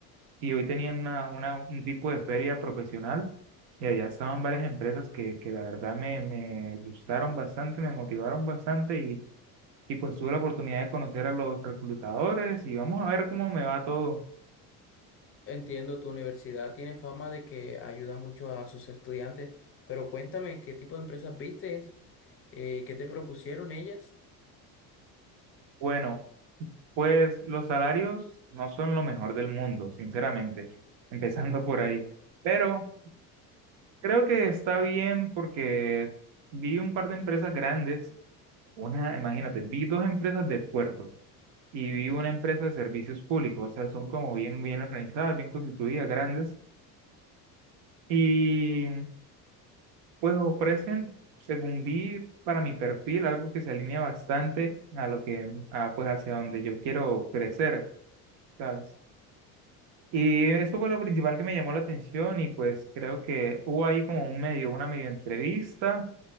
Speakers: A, on the right; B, on the left.
A: Y hoy tenían una, una, un tipo de feria profesional y allá estaban varias empresas que, que la verdad me, me gustaron bastante, me motivaron bastante y pues tuve la oportunidad de conocer a los reclutadores y vamos a ver cómo me va todo.
B: Entiendo, tu universidad tiene fama de que ayuda mucho a sus estudiantes, pero cuéntame, ¿qué tipo de empresas viste? Eh, ¿qué te propusieron ellas?
A: Bueno, pues los salarios no son lo mejor del mundo, sinceramente, <laughs> empezando por ahí. Pero creo que está bien porque vi un par de empresas grandes, una, imagínate, vi dos empresas de puerto y vi una empresa de servicios públicos, o sea, son como bien, bien organizadas, bien constituidas, grandes. Y Pues ofrecen, según vi, para mi perfil, algo que se alinea bastante a lo que, a, pues hacia donde yo quiero crecer, ¿sabes? Y eso fue lo principal que me llamó la atención y pues creo que hubo ahí como un medio, una medio entrevista